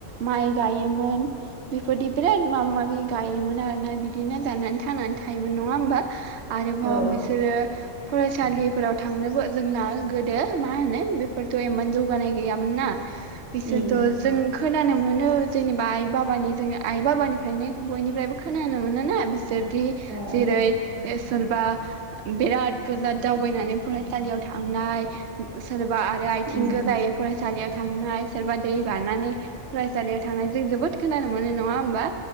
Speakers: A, on the right; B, on the right.
A: माइ गायोमोन बेफोरदि बिराद माबा माबि गाय इ मोन आरोना बिदिनो जानानै थांनानै थायोमोन नङा होमबा आरोबाव
B: औ
A: बिसोरो फरायसालिफोराव थांनोबो जोंना गोदो मा होनो बेफोरथ' इमान जौगानाय गैयामोन ना बिसोरथ'
B: उम
A: जों खोनानो मोनो जेनेबा आइ बाबानि जोंनि आइ बाबानिफ्रायनो बयनिफ्रायबो खोनानो मोन ना बिस जदि
B: ओ
A: जेरै
B: ओ
A: सोरबा बेराद गोजा दावबायनानै फरायसालियाव थांनाय सोर बा आरो आथिं
B: उम
A: गोजायै सालियाव थांनाय सोरबा दै बारनानै फरायसालियाव थांनायजों जोबोद खोनानो मोनो नङा होनोमबा?